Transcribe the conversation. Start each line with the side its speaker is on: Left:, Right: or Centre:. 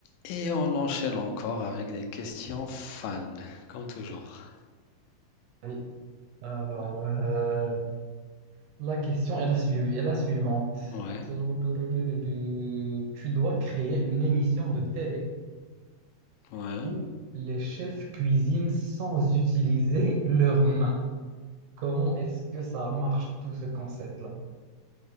Left: Et on enchaîne encore avec des questions fans, comme toujours.
Right: Oui. Alors,
Left: Ouais,
Right: euh, la question est la, suiv- est la suivante.
Left: ouais.
Right: Tou- tou- tou- tou- tou- tou. Tu dois créer une émission de télé
Left: ouais.
Right: où les chefs cuisinent sans utiliser leurs mains. Comment est-ce que ça marche, tout ce concept-là?